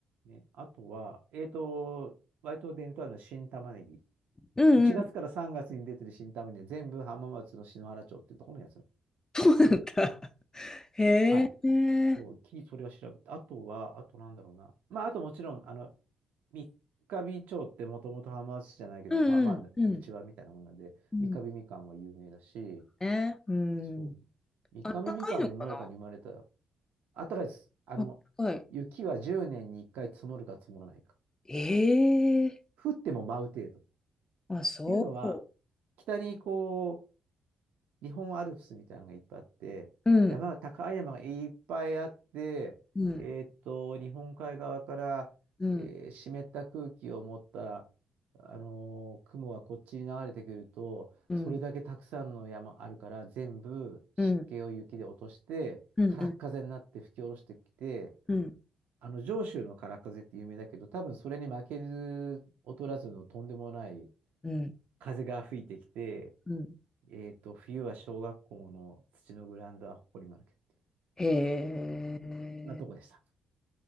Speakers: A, on the right; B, on the left.
A: うね。あとは、えっと、割と伝統あるのは新玉ねぎ。
B: うんうん。
A: 1月から3月に出てる新玉ねぎ、全部浜松の篠原町っていうところのやつな
B: <laughs>
A: ので、
B: なんかへえ、
A: はい。そう、きりそれを調べて、あとは、あとなんだろうな。まあ、あともちろん、あの、三ヶ日町ってもともと浜松市じゃないけど、
B: うんうんうん。
A: まあまあ、うちわみたいなもんなんで、
B: うん
A: 三ヶ日みかんは有名だし、
B: ね、うん。
A: そう、三ヶ日みかんの農家に生まれた、
B: あったかいのかな
A: あったかいです。あの、
B: あったかい。
A: 雪は10年に1回積もるか積もらないか。
B: ええ
A: 降っても舞う程度。っ
B: あ、そう。
A: ていうのは、北にこ日本アルプスみたいなのがいっぱいあって、
B: うん。
A: 山が、高い山がいっぱいあって、
B: うん、
A: えーっと、日本海側から、
B: うん、
A: えー湿った空気を持った、あのー雲がこっちに流れてくると、
B: うん、
A: それだけたくさんの山あるから、全部湿気を雪で落として、
B: うん、うん、
A: 空っ風になって吹き下ろしてきて、
B: うん、うん、
A: あの上州の空っ風って有名だけど、多分それに負けず劣らずのとんでもない
B: うん、
A: 風が吹いてきて、
B: うん。
A: えっと、冬は小学校の土のグラウンドは埃まるけど、
B: へえ、
A: そんなとこでした。